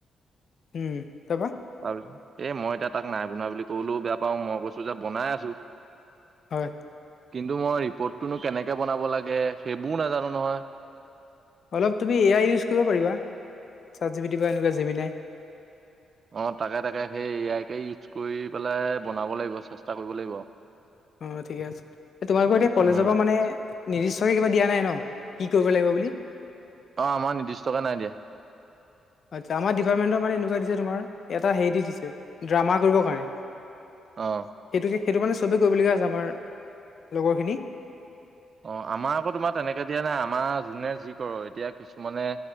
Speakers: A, on the left (about 55°); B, on the right (about 45°).
A: উম তাৰপা?
B: তাৰপি এই মই এতিয়া তাক নাই বনোৱা বুলি ক'বলৈও বেয়া পাওঁ মই কৈছো যে বনাই আছো।
A: হয়।
B: কিন্তু মই ৰিপৰ্টটোনো কেনেকে বনাব লাগে, সেইবোৰও নাজানো নহয়।
A: অলপ তুমি এয়াই ইউজ কৰিব পাৰিবা। চাত জিপিটি বা এনেকুৱা জেমিনাই।
B: অঁ তাকে তাকে সেই এয়াইকে ইউজ কৰি পেলাই বনাব লাগিব চেষ্টা কৰিব লাগিব।
A: অ ঠিকে আছে। সে তোমালোকৰ এতিয়া কলেজৰ
B: উম,
A: পৰা মানে নিৰ্দিষ্টকে কিবা দিয়া নাই ন, কি কৰিব লাগিব বুলি?
B: অ আমাৰ নিৰ্দিষ্টকে নাই দিয়া।
A: আচ্ছা আমাৰ ডিপাৰ্টমেণ্টৰ মানে এনেকুৱা দিছে তোমাৰ, এটা হেৰি দিছে ড্ৰামা কৰিবৰ কাৰণে।
B: অঁ
A: সেইটোকে সেইটো মানে চবেই কৰিবলগীয়া আছে আমাৰ লগৰ খিনিক।
B: অ', আমাৰ আকৌ তোমাৰ তেনেকে দিয়া নাই আমাৰ যোনে যি ক'ৰ এতিয়া কিছুমানে